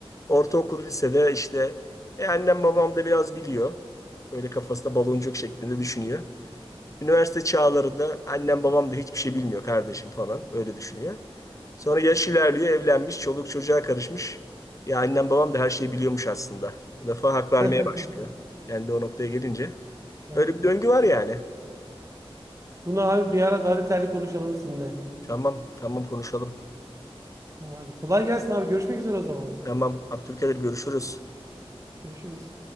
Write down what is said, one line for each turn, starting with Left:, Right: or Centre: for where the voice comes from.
Left: Ortaokul lisede işte "E, annem babam da biraz biliyor. Böyle kafasında baloncuk şeklinde düşünüyor. Üniversite çağlarında annem babam da hiçbir şey bilmiyor kardeşim falan böyle düşünüyor. Sonra yaş ilerliyor, evlenmiş, çoluk çocuğa karışmış. Ya annem babam da her şeyi biliyormuş aslında. Bu defa hak vermeye
Right: <laughs>
Left: başlıyor. Yani de o noktaya gelince.
Right: Evet.
Left: Öyle bir döngü var yani.
Right: Bunu abi bir ara daha detaylı konuşalım sizinle.
Left: Tamam, tamam konuşalım.
Right: Tamam abi. Kolay gelsin abi. Görüşmek üzere o zaman.
Left: Tamam, Abdülkadir görüşürüz.
Right: Görüşürüz.